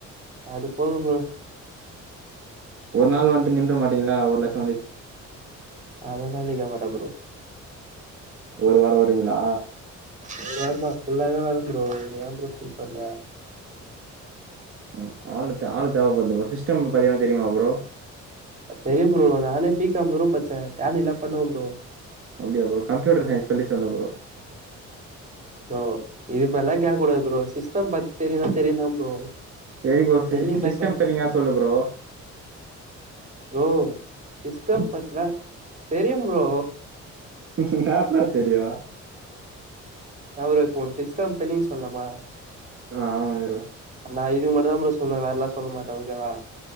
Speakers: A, on the right (about 25°); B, on the right (about 45°).
A: அது போது ப்ரோ
B: ஒரு நாள் வந்ட்டு நின்ற மாட்டீங்ள ஒரு லட்ச
A: அதெல்லா நிக்க மாட்டே ப்ரோ
B: ஒரு வார வருவீங்ளா
A: ஒரு வாரமா ஃபுல்லாவே வரே ப்ரோ ஏ ப்ரோ ஃபீல் பண்ற
B: ம் ஆளுத் ஆளு தேவப்படுது ப்ரோ சிஸ்டம் பாத்தினா தெரியுமா ப்ரோ
A: தெரியு ப்ரோ நானே பீ காம் குரூப் படிச்சே டேலி எல்லா பண்ணுவே ப்ரோ
B: அப்டியா ப்ரோ கம்ப்யூட்டர் சைன்ஸ்க்கு ஸ்பெல்லிங் சொல்லு ப்ரோ
A: ப்ரோ இது மாரிலா கேக்க கூடாது ப்ரோ சிஸ்டம் பத்தி தெரியுனா தெரியு தா ப்ரோ
B: சேரி ப்ரோ
A: ஸ்பெல்லிங்லா
B: சிஸ் சிஸ்டம்
A: கேக்
B: ஸ்பெல்லிங்காது சொல்லு ப்ரோ
A: ப்ரோ சிஸ்டம் பத்திலா தெரியு ப்ரோ
B: இன்னாப்பா தெரியு
A: என்ன ப்ரோ இப்போ ஒனக்கு சிஸ்டம் ஃபெல்லிங் சொல்னுமா
B: அ ஆமா ப்ரோ
A: நா இது மட்டு தா ப்ரோ சொல்லுவே வேறலா சொல்ல மாட்டே ஓகேவா